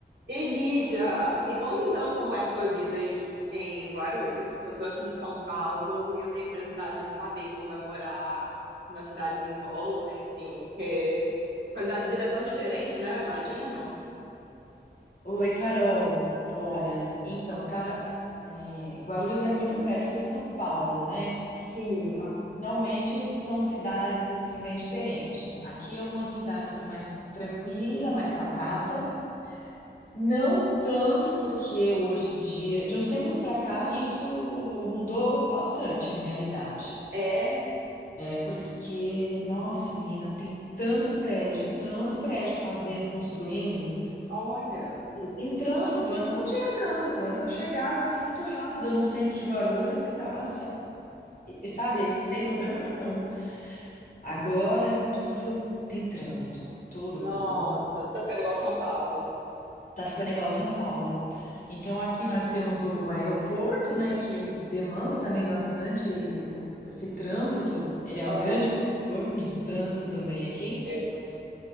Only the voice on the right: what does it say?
Elija, me conta então como é a sua vida aí em Guarulhos. Eu tô aqui em São Paulo e eu tenho curiosidade de saber como é morar nas cidades em volta, enfim, porque a qualidade de vida é tão diferente, né? Eu imagino.
Sim,
é.
Olha,
nossa,
tá ficando igual São Paulo.
Aham,
eu imagino.